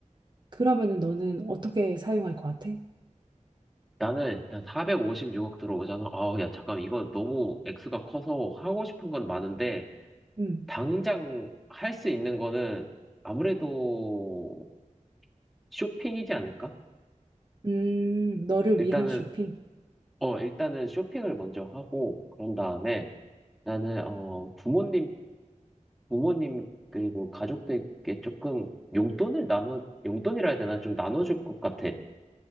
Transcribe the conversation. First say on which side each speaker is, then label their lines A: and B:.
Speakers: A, on the right; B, in the centre.
A: 그러면은 너는 어떻게 사용할 것 같아?
B: 나는 일단 456억 들어오잖아. 아, 야, 잠깐, 이거 너무 액수가 커서 하고 싶은 건 많은데,
A: 음,
B: 당장 할 수 있는 거는 아무래도 쇼핑이지 않을까?
A: 음, 너를
B: 일단은,
A: 위한 쇼핑.
B: 어, 일단은 쇼핑을 먼저 하고, 그런 다음에 나는, 어, 부모님, 부모님, 그리고 가족들께 조금 용돈을 나눠, 용돈이라 해야 되나? 좀 나눠줄 것 같아.